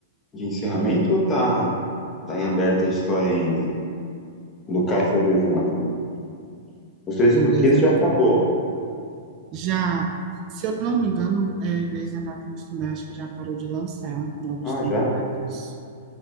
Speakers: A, on the left; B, on the right.
A: de encerramento ou tá, tá em aberta a história ainda? No caso da Grey's Anatomy. Os Treze
B: do
A: porquês
B: desenho
A: já acabou.
B: Já, se eu não me engano, é, Grey's Anatomy também acho que já parou de lançar novas
A: Ah,
B: temporadas.
A: já?